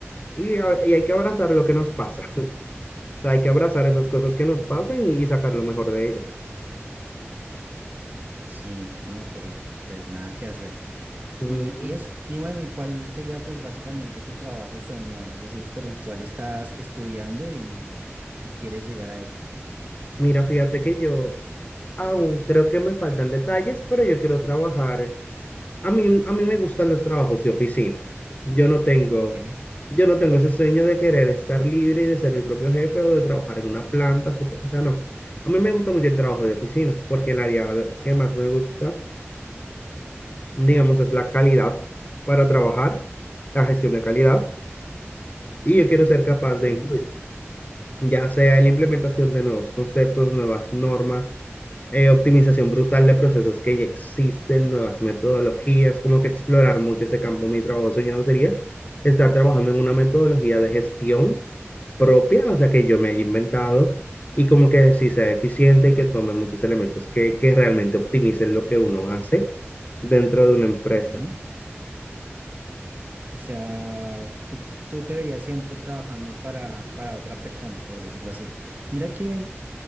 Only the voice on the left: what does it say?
y, a- y hay que abrazar lo que nos pasa. sea, hay que abrazar esas cosas que nos pasan y, y sacar lo mejor de ellas.
Ujú.
Mira, fíjate que yo aún creo que me faltan detalles, pero yo quiero trabajar. A mí, a mí me gustan los trabajos de oficina. Yo no tengo,
yo no tengo ese sueño de querer estar libre y de ser mi propio jefe o de trabajar en una planta. super- o sea, no. A mí me gusta mucho el trabajo de oficina porque el área de- que más me gusta, digamos, es la calidad para trabajar, la gestión de calidad, y yo quiero ser capaz
de influir. ya sea en la implementación de nuevos conceptos, nuevas normas, eh, optimización brutal de procesos que ya existen, nuevas metodologías, como que explorar mucho ese campo. Mi trabajo soñado sería estar trabajando en una metodología de gestión propia, o sea, que yo me haya inventado y como que sí sea eficiente y que tome muchos elementos que, que realmente optimicen lo que uno hace dentro de una empresa.